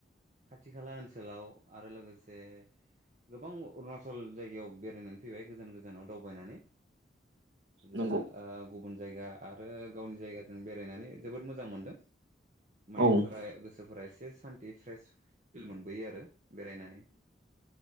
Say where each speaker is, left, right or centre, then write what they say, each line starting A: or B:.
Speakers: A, on the right (about 45°); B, on the right (about 85°).
A: खाथि खाला ओनसोलाव आरो लोगोसे गोबां अरुणाचल जायगायाव बेरायनानै फैबाय गोजान गोजानाव दावबायनानै।
B: नंगौ
A: हा गुबुन जायगा आरो गावनि जायगाजों बेरायनानै जोबोद मोजां मोनदों । माइन्डफोरा
B: औ उम
A: गोसोफोरा एसे सान्ति फ्रेश फिल मोनबोयो आरो बेरायनानै ।